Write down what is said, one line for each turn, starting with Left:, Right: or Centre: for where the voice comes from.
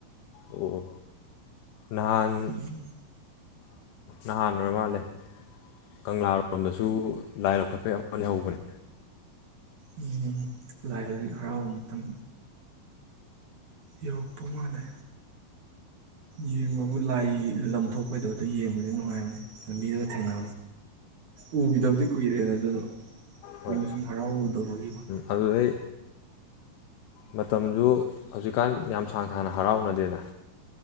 Left: ꯑꯣ ꯅꯍꯥꯟ
Right: ꯎꯝ
Left: ꯅꯍꯥꯟ ꯑꯣꯏꯔ ꯃꯥꯜꯂꯦ ꯀꯪꯂꯥꯔꯣꯝꯗꯁꯨ ꯂꯥꯏ ꯂꯧꯈꯠꯄꯩ ꯑꯃ ꯂꯩꯍꯧꯕꯅꯦ
Right: ꯂꯥꯏ ꯂꯔꯤꯛ ꯍꯔꯥꯎꯕ ꯃꯇꯝ ꯌꯧꯔꯛꯄ ꯃꯥꯜꯂꯦ ꯌꯦꯡꯕ ꯑꯃꯨꯛ ꯂꯥꯏ ꯂꯝ ꯊꯣꯛꯄꯩꯗꯣ ꯑꯗꯨ ꯌꯦꯡꯕꯗꯤ ꯅꯨꯡꯉꯥꯏꯕꯅꯦ ꯂꯝꯕꯤꯗ ꯊꯦꯡꯅ ꯎꯈꯤꯗꯕꯗꯤ ꯀꯨꯏꯔꯦꯗ ꯑꯗꯨꯗꯣ ꯀꯨꯏꯅ
Left: ꯍꯣꯏ
Right: ꯁꯨꯝ ꯍꯔꯥꯎꯔꯨꯗꯕꯒꯤꯀꯣ
Left: ꯑꯗꯨꯗꯩ ꯃꯇꯝꯁꯨ ꯍꯧꯖꯤꯛꯀꯥꯟ ꯌꯥꯝ ꯁꯥꯡ ꯁꯥꯡꯅ ꯍꯔꯥꯎꯅꯗꯦꯅ